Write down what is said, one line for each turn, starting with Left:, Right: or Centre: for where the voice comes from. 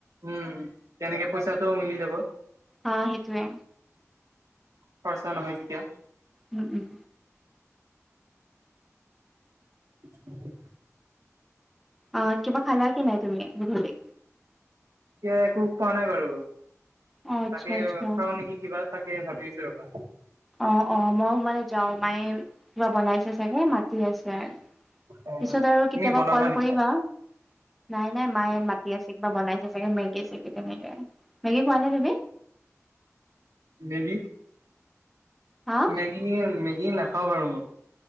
Right: উম, তেনেকে পইচাটোও মিলি যাব।
Centre: অ', সেইটোৱে
Right: খৰচা নহয় তেতিয়া।
Centre: উম, উম।
Right: <inaudible>
Centre: অ' কিবা খালা কি নাই তুমি গধূলি?
Right: এতিয়া একো খোৱা নাই বাৰু,
Centre: অ', আচ্ছা,
Right: তাকে
Centre: আচ্ছা।
Right: খাও নেকি কিবা তাকে ভাবি আছো ৰবা।
Centre: অ' অ' মইো মানে যাও মায়ে কিবা বনাইছে চাগে মাতি আছে।
Right: অ
Centre: পিছত আৰু
Right: তুমি
Centre: কেতিয়াবা
Right: বনাবা
Centre: কল
Right: নেকি
Centre: কৰিবা। নাই নাই মায়ে মাতি আছে কিবা বনাইছে চাগে মেগী চেগি তেনেকে। মেগী খোৱা নাই তুমি?
Right: মে বি
Centre: হা
Right: মেগী, মেগী নাখাওঁ বাৰু মই।